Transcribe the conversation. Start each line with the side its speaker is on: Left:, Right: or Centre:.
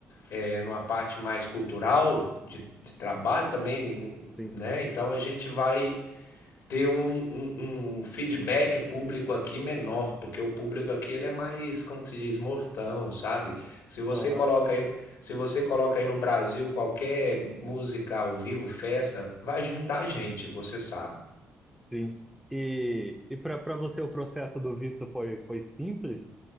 Left: é, numa parte mais cultural de, de trabalho também,
Centre: Sim,
Left: né? Então a gente vai ter um, um, um feedback público aqui menor, porque o público aqui ele é mais, como que se diz, mortão, sabe? Se você
Centre: aham,
Left: coloca aí, se você coloca aí no Brasil qualquer música ao vivo, festa, vai juntar gente, você sabe.
Centre: sim. E, e para para você o processo do visto foi, foi simples?